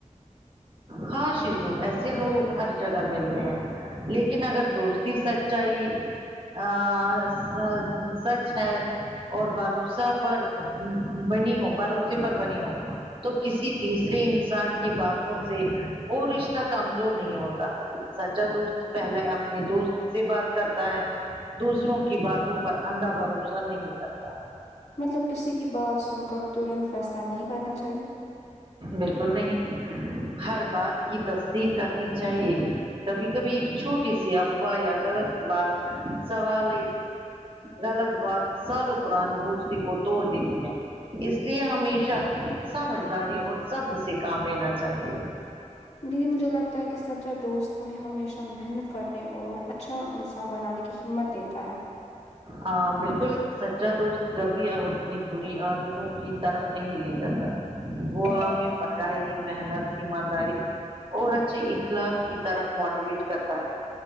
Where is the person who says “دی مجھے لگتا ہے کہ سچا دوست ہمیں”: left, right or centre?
Left